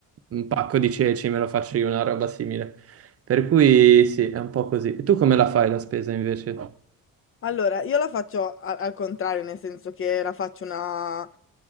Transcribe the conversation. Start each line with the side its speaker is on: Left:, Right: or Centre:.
Right: un pacco di ceci, me lo faccio io, una roba simile. Per cui sì, è un po' così. E tu come la fai la spesa invece?
Left: Allora, io la faccio a- al contrario, nel senso che la faccio una